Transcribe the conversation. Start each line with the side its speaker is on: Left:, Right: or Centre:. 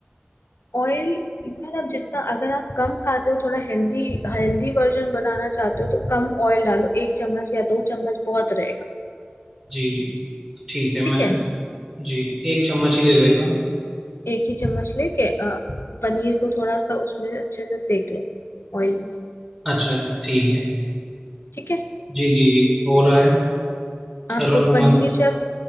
Left: ऑयल यार आप जितना अगर आप कम खाते हो थोड़ा हेल्दी हेल्दी वर्जन बनाना चाहते हो तो कम ऑयल डालो एक चम्मच या दो चम्मच बहुत रहेगा
Right: जी जी ठीक है
Left: ठीक
Right: मैं
Left: है
Right: जी एक चम्मच ही ले लेता हूँ
Left: एक ही चम्मच लेके अ, पनीर को थोड़ा सा उसमें अच्छे से सेक लो ऑयल में
Right: अच्छा ठीक है
Left: ठीक है
Right: जी जी जी हो रहा है
Left: आप
Right: कर रहा
Left: वो
Right: हूँ
Left: पनीर
Right: मतलब
Left: जब